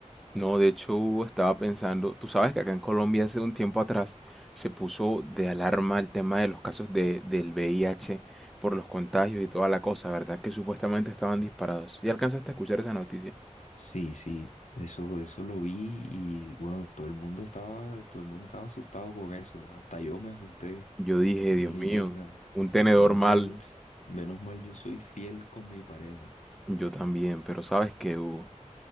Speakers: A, in the centre; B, on the left (about 70°).
A: No, de hecho estaba pensando, tú sabes que acá en Colombia hace un tiempo atrás se puso de alarma el tema de los casos de, del VIH por los contagios y toda la cosa, ¿verdad? Que supuestamente estaban disparados. ¿Y alcanzaste a escuchar esa noticia?
B: Sí, sí, eso, eso lo vi y bueno, todo el mundo estaba, todo el mundo estaba asustado con eso. Hasta yo me asusté
A: Yo dije,
B: y
A: Dios
B: dije,
A: mío,
B: mierda,
A: un tenedor
B: menos
A: mal.
B: mal, menos mal yo soy fiel con mi pareja.
A: Yo también, pero ¿sabes qué, Hugo?